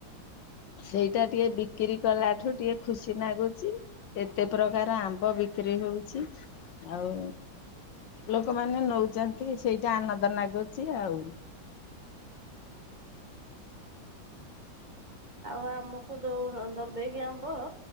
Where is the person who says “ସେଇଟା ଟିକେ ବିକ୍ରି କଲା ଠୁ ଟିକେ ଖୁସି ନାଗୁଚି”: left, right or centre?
Left